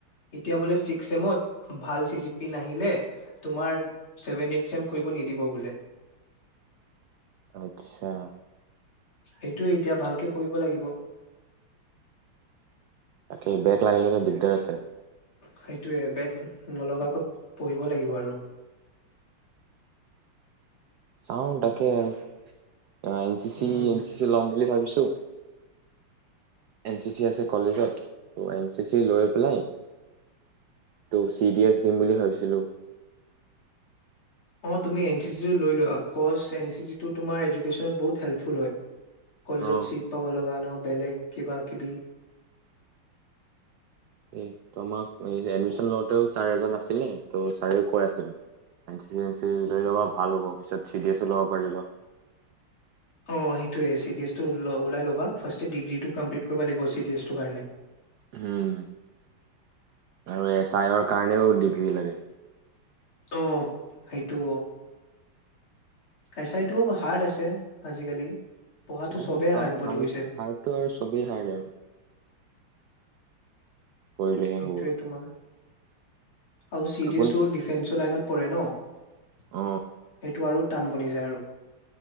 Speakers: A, on the left; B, on the right.
A: এতিয়া বোলে ছিক্স চেমত ভাল চি জি পি নাহিলে, তোমাৰ ছেভেন এইথ চেম কৰিব নিদিব বোলে।
B: আচ্ছা।
A: সেইটোয়ে এতিয়া ভালকে পঢ়িব লাগিব।
B: তাকেই বেক লাগিলেটো দিগ দাৰ আছে <inaudible>
A: সেইটোয়ে বেক নলগাকৈ পঢ়িব লাগিব আৰু।
B: চাওঁ তাকেই আৰু। অ, N C C
A: um
B: N C C ল'ম বুলি ভাবিছোঁ। এন চি চি আছে কলেজত ত' এন চি চি লৈ পেলাই, ত' চি ডি এছ দিম বুলি ভাবিছিলোঁ।
A: অ', তুমি এন চি চিটো লৈ লোৱা আফকৰ্চ এন চি চিটো, তোমাৰ এডুকেশ্যনত বহুত হেল্পফুল হয়। কলেজত
B: অ
A: চীট পাব লগা <inaudible> অ', বেলেগ কিবা কিবি।
B: এইটো আমাক নি এডমিশ্যন লওঁতেওঁ ছাৰ এজন আছিলে, ত' ছাৰে কৈ আছিলে। N C C N C C লৈ ল'বা ভাল হ'ব পিছত, চি ডি এছো ল'ব পাৰিবা।
A: অ', সেইটোৱে চি ডি এছটো ল ওলাই ল'বা। ফাৰ্ষ্টে ডিগ্ৰীটো কমপ্লিট কৰিব লাগিব চি ডি এছটোৰ কাৰণে।
B: হম। আৰু এছ আইৰ কাৰণেও ডিগ্ৰী লাগে
A: অ সেইটো এছ আইটো হাৰ্ড আছে আজিকালি পঢ়াটো
B: অ
A: চবেই
B: ক
A: হাৰ্ড বনি
B: হ
A: গৈছে
B: হাৰটো আৰু চবেই হড আৰু কৰিলেহে
A: সেইটোৱে
B: হ'ব
A: তোমাৰ আৰু চিৰিয়ছ
B: আপুনি
A: টো ডিফেন্সৰ লাইনত পৰে ন সেইটো
B: অ
A: আৰু টান বনি যায় আৰু